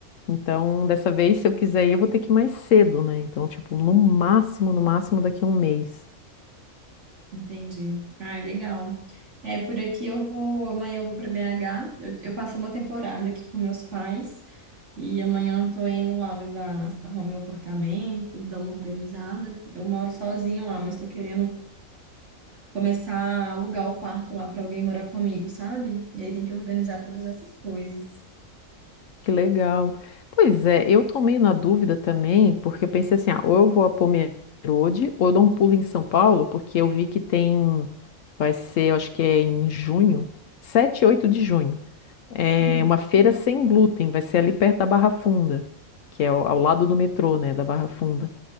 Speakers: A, on the left (about 70°); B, on the right (about 60°).
A: Então, dessa vez, se eu quiser ir, eu vou ter que ir mais cedo, né? Então, tipo, no máximo, no máximo daqui a um mês.
B: Entendi. Ai, legal. É, por aqui eu vou, amanhã eu vou para BH. Eu, eu passei uma temporada aqui com meus pais e amanhã eu tô indo lá levar, arrumar meu apartamento, dar uma organizada. Eu moro sozinha lá, mas tô querendo começar a alugar o quarto lá para alguém morar comigo, sabe? E aí tem que organizar todas essas coisas.
A: Que legal. Pois é, eu tô meio na dúvida também, porque eu pensei assim, ah, ou eu vou a Pomerode, ou eu dou um pulo em São Paulo, porque eu vi que tem, vai ser, eu acho que é em junho, sete, e 8 de junho, é
B: Hum.
A: uma feira sem glúten, vai ser ali perto da Barra Funda, que é ao, ao lado do metrô, né, da Barra Funda.